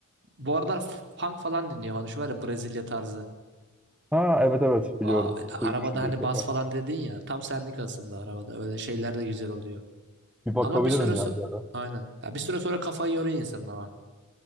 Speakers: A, on the right; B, in the centre.
A: Bu aralar f- funk falan dinliyorum. Hani şu var ya Brezilya tarzı.
B: Ha evet evet
A: Aa,
B: biliyorum.
A: arabada
B: Duymuştum
A: hani
B: bir iki defa.
A: bas falan dedin ya. Tam senlik aslında arabada. Öyle şeyler de güzel oluyor.
B: Bir bakabilirim
A: Ama bir süre so-
B: ya bir ara.
A: Aynen. Ya bir süre sonra kafayı yoruyor insan ama.